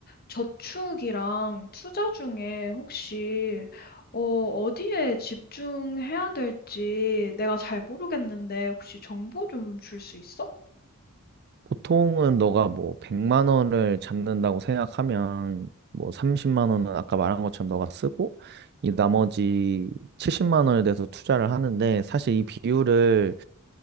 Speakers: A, on the left (about 45°); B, on the right (about 50°).
A: 저축이랑 투자 중에 혹시, 어, 어디에 집중해야 될지 내가 잘 모르겠는데, 혹시 정보 좀 줄 수 있어?
B: 보통은 너가 뭐 100만 원을 잡는다고 생각하면 뭐 30만 원은 아까 말한 것처럼 너가 쓰고 이 나머지 70만 원에 대해서 투자를 하는데 사실 이 비율을